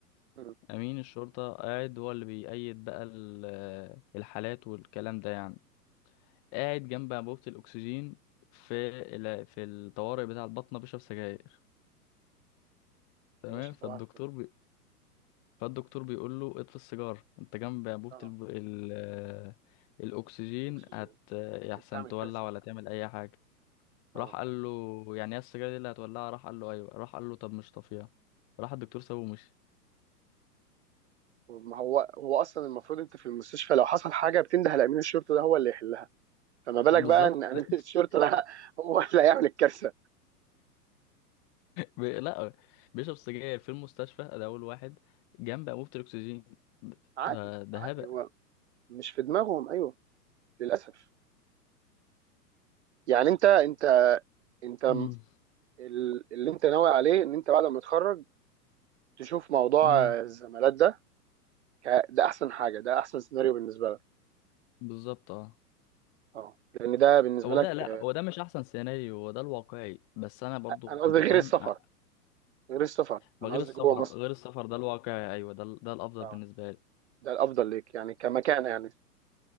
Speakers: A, on the right; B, on the left.
A: مم.
B: امين الشرطه قاعد هو اللي بيأيد بقى ال- آه، الحالات والكلام ده يعني قاعد جنب انبوبة الأكسجين في ال- في الطوارئ بتاع البطنة بيشرب سجاير تمام
A: يا باشا
B: فالدكتور
A: صباح الفل
B: بي... فالدكتور بيقول له اطفي السيجارة أنت جنب أنبوبة
A: اه
B: الب... ال... آه، الأكسجين
A: الاكسجين
B: هت يحسن
A: ممكن تعمل
B: تولع
A: كارثه
B: ولا تعمل أي حاجة
A: اه
B: راح قال له يعني ايه السجارة دي اللي هتولعها راح قال له أيوه راح قال له طب مش طافيها راح الدكتور سابه ومشي
A: ما هو هو اصلا المفروض انت في المستشفى لو حصل حاجه بتنده لامين الشرطه ده هو اللي يحلها فما بالك
B: بالظبط
A: بقى ان امين
B: <laughs>
A: <laughs> الشرطه ده هو اللي هيعمل الكارثه
B: بي- لا بيشرب سجاير في المستشفى ده أول واحد جنب أنبوبة الأكسجين
A: عادي
B: ده ده
A: عادي
B: هبل
A: هو مش في دماغهم ايوه للاسف يعني انت انت انت
B: امم
A: ال- اللي انت ناوي عليه ان انت بعد ما تتخرج تشوف موضوع
B: امم
A: الزمالات ده ك- ده احسن حاجه ده احسن سيناريو بالنسبه لك
B: بالظبط اه
A: اه لان ده بالنسبه
B: هو
A: لك
B: ده لا هو ده مش احسن سيناريو هو ده الواقعي بس انا برضو
A: انا قصدي
B: انت
A: غير
B: فاهم
A: السفر
B: أ-
A: غير السفر
B: ما
A: انا
B: غير
A: قصدي
B: السفر
A: جوه مصر
B: غير السفر ده الواقعي ايوه ده ال- ده الافضل
A: اه
B: بالنسبه لي
A: ده الافضل ليك يعني كمكانه يعني